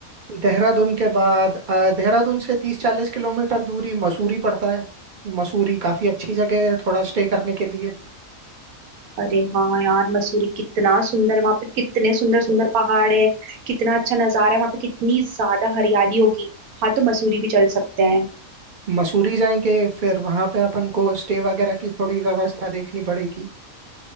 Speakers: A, on the right (about 55°); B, on the right (about 85°).
A: देहरादून के बाद अ, देहरादून से तीस चालीस किलोमीटर दूरी मसूरी पड़ता है मसूरी काफी अच्छी जगह है थोड़ा स्टे करने के लिए
B: अरे हाँ यार मसूरी कितना सुंदर है। वहां पे कितने सुंदर सुंदर पहाड़ है कितना अच्छा नजारा है वहां पे कितनी ज्यादा हरियाली होगी हाँ तो मसूरी भी चल सकते हैं
A: मसूरी जाएंगे फिर वहां पे अपन को स्टे वगैरह की थोड़ी व्यवस्था देखनी पड़ेगी